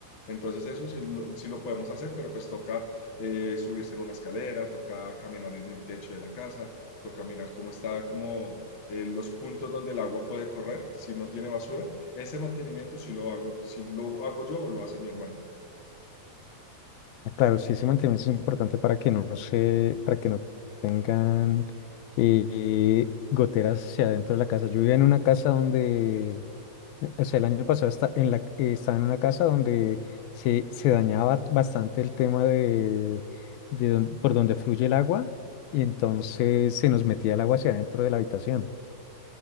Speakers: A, on the left; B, on the left.
A: Entonces eso sí lo, sí lo podemos hacer, pero pues toca eh, subirse en una escalera, toca caminar en el techo de la casa toca mirar cómo está, como eh, los puntos donde el agua puede correr, si no tiene basura. Ese mantenimiento si lo hago, si lo hago yo o lo hace mi hermano.
B: Ah, Claro, sí, ese mantenimiento es importante para que no se, para que no tengan eh, goteras hacia adentro de la casa. Yo vivía en una casa donde O sea, el año pasado está en la, eh, estaba en una casa donde se, se dañaba bastante el tema de, de don- por donde fluye el agua y entonces se nos metía el agua hacia adentro de la habitación.